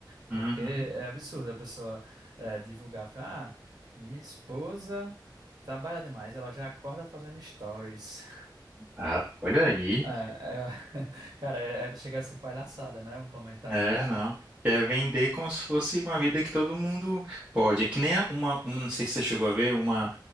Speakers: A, on the right; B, on the right.
A: Porque
B: Uhum.
A: é absurdo a pessoa eh, divulgar, falar, ah, minha esposa. Trabalha demais, ela já acorda fazendo stories.
B: Ah, olha aí.
A: É, é- <laughs> cara, é- é- chega a ser palhaçada, né? Um comentário
B: É,
A: desse.
B: não. É vender como se fosse uma vida que todo mundo pode. É que nem a- uma, uma- não sei se você chegou a ver, uma,